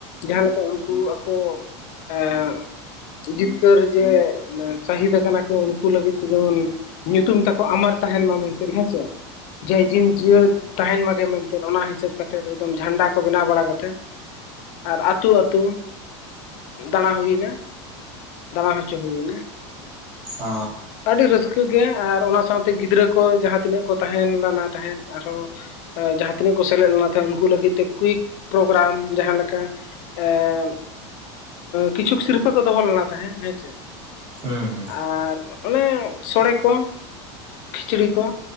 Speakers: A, on the left (about 55°); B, on the right (about 30°).
A: ᱡᱟᱦᱟᱸᱞᱮᱠᱟ ᱩᱱᱠᱩ ᱟᱠᱚ ᱮᱸᱜ ᱡᱤᱛᱠᱟᱹᱨ ᱡᱮ ᱥᱟᱹᱦᱤᱫ ᱠᱟᱱᱟ ᱠᱚ ᱩᱱᱠᱩ ᱞᱟᱹᱜᱤᱫ ᱛᱮ ᱡᱮᱢᱚᱱ ᱧᱩᱛᱩᱢ ᱛᱟᱠᱚ ᱟᱢᱟᱨ ᱛᱟᱦᱮᱱ ᱢᱟ ᱢᱮᱱᱛᱮ ᱦᱮᱸ ᱪᱮ ᱡᱮ ᱡᱤᱱ ᱡᱤᱭᱟᱹᱲ ᱛᱟᱦᱮᱱ ᱢᱟᱜᱮ ᱢᱮᱱᱛᱮ ᱚᱱᱟ ᱦᱤᱥᱟᱹᱵᱛᱮᱫ ᱮᱠᱫᱚᱢ ᱡᱷᱟᱱᱰᱟ ᱠᱚ ᱵᱮᱱᱟᱣ ᱵᱟᱲᱟ ᱠᱟᱛᱮᱫ ᱟᱨ ᱟᱹᱛᱩ ᱟ ᱟᱹᱛᱩ ᱫᱟᱸᱲᱟ ᱦᱩᱭᱱᱟ ᱫᱟᱸᱲᱟ ᱦᱚᱪᱚ ᱦᱩᱭᱱᱟ
B: ᱚᱻ
A: ᱟᱹᱰᱤ ᱨᱟᱹᱥᱠᱟᱹ ᱜᱮ ᱟᱨ ᱚᱱᱟ ᱥᱟᱶᱛᱮ ᱜᱤᱫᱽᱨᱟᱹ ᱠᱚ ᱠᱚ ᱡᱟᱦᱟᱸ ᱛᱤᱱᱟᱹᱜ ᱠᱚ ᱛᱟᱦᱮᱸᱱ ᱞᱟᱱᱟ ᱛᱟᱦᱮᱸᱫ ᱟᱨᱦᱚᱸ ᱡᱟᱦᱟᱸ ᱛᱤᱱᱟᱹᱜ ᱠᱚ ᱥᱮᱞᱮᱫ ᱞᱮᱱᱟ ᱛᱟᱦᱮᱸᱱ ᱩᱱᱠᱩ ᱞᱟᱹᱜᱤᱫ ᱛᱮ ᱠᱩᱭᱤᱠ ᱯᱨᱳᱜᱨᱟᱢ ᱡᱟᱦᱟᱸ ᱞᱮᱠᱟ ᱮᱸᱻ ᱠᱤᱪᱷᱩᱠ ᱥᱤᱨᱯᱟᱹ ᱠᱚ ᱫᱚᱦᱚ ᱞᱮᱱᱟ ᱛᱟᱦᱮᱸᱫ ᱦᱮᱸ ᱪᱮ
B: ᱦᱩᱸ ᱦᱩᱸ
A: ᱟᱨ ᱚᱱᱮ ᱥᱳᱲᱮ ᱠᱚ ᱠᱷᱤᱪᱲᱤ ᱠᱚ